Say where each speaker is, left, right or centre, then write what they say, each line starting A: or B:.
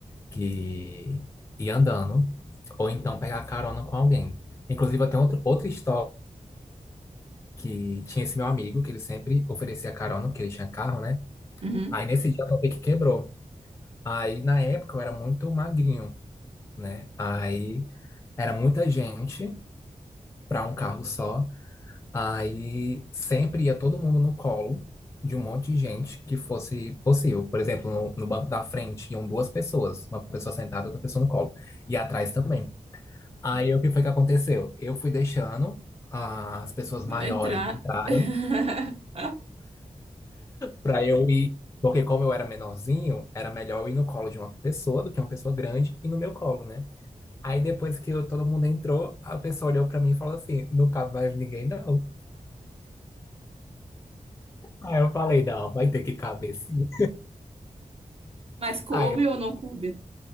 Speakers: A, on the left; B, on the right.
A: que ir andando, ou então pegar carona com alguém. Inclusive, eu tenho outro, outra história que tinha esse meu amigo, que ele sempre oferecia carona, porque ele tinha carro, né?
B: uhum.
A: Aí nesse dia o meu pique quebrou. Aí na época eu era muito magrinho, né? Aí era muita gente para um carro só. Aí sempre ia todo mundo no colo de um monte de gente que fosse possível. Por exemplo, no, no banco da frente iam duas pessoas, uma pessoa sentada e outra pessoa no colo. E atrás também. Aí o que foi que aconteceu? Eu fui deixando as pessoas maiores
B: Entrar.
A: entrarem
B: <laughs>
A: para eu ir, porque como eu era menorzinho, era melhor eu ir no colo de uma pessoa do que uma pessoa grande e no meu colo, né? Aí depois que eu- todo mundo entrou, a pessoa olhou para mim e falou assim: não cabe mais ninguém, não. Aí eu falei: não, vai ter que caber sim.
B: Mas coube
A: Aí,
B: ou
A: eu-
B: não coube?